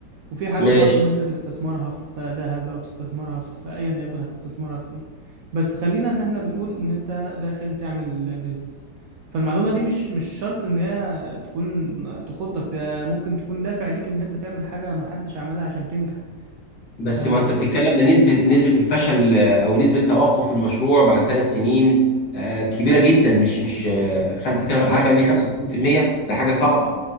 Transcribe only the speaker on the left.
ماشي
بس
ما
انت بتتكلم ده نسبة نسبة الفشل آه، او نسبة توقف المشروع بعد ثلاث سنين آه، كبيرة جدا مش مش آه، خم- بتتكلم
عارف يعني ايه 95% ده حاجة صعبة